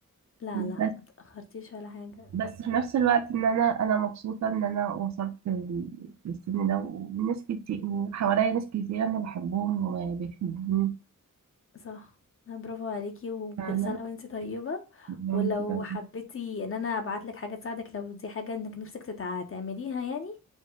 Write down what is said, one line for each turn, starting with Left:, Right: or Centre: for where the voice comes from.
Left: لا
Right: بس
Left: لا ما تأخرتيش ولا حاجة
Right: بس في نفس الوقت ان انا انا مبسوطه ان انا وصلت لل- للسن ده وناس كتير وحواليا ناس كتير انا بحبهم وبيحبوني
Left: صح آه، برافو عليكي وكل
Right: فاهمه
Left: سنة وانتي طيبة
Right: بيحبوني
Left: ولو
Right: كده
Left: حبيتي ان انا ابعتلك حاجة تساعدك لو دي حاجة انك نفسك تتع- تعمليها يعني